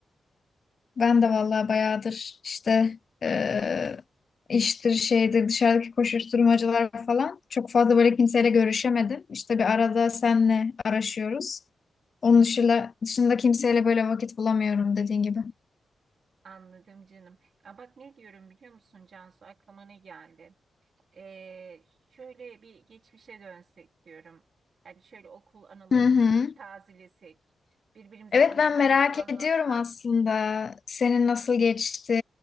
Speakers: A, on the left; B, on the right.
A: Ben de
B: Ya,
A: vallahi bayağıdır işte eee, iştir şeydir dışarıdaki koşuşturmacalar falan çok fazla böyle kimseyle görüşemedim. İşte bir arada senle araşıyoruz. Onun
B: Hı hı,
A: dışında, dışında kimseyle böyle vakit bulamıyorum dediğin gibi.
B: anladım canım. Ya bak ne diyorum biliyor musun Cansu aklıma ne geldi? Ee, şöyle bir geçmişe dönsek diyorum. Yani şöyle okul anılarımızı
A: Hı hı.
B: bir tazelesek. Birbirimize
A: Evet
B: anılarımızı
A: ben merak
B: anlatsak.
A: ediyorum aslında. Senin nasıl geçti?